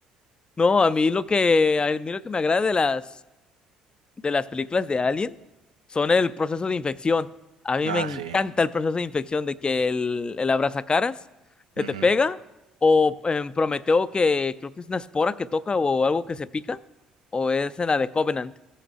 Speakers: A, on the left (about 25°); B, on the right (about 80°).
A: No, a mí lo que, a mí lo que me agrada de las de las películas de Alien son el proceso de infección. A mí
B: Ah,
A: me encanta
B: sí.
A: el proceso de infección de que el, el abrazacaras que
B: Ujú.
A: te pega o en Prometeo que creo que es una espora que toca o algo que se pica o es en la de Covenant.